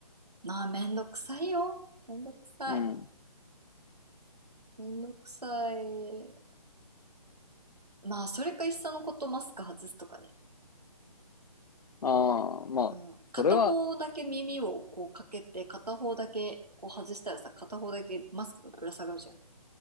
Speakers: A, on the right; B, on the left.
A: まあ、めんどくさいよ。めんどくさい。
B: うん。
A: めんどくさい。まあ、それかいっそのことマスク外すとかね。
B: ああ、まあ、
A: うん。片方だけ耳をこうかけて、
B: それは、
A: 片方だけこう外したらさ、片方だけマスクがぶら下がるじゃん。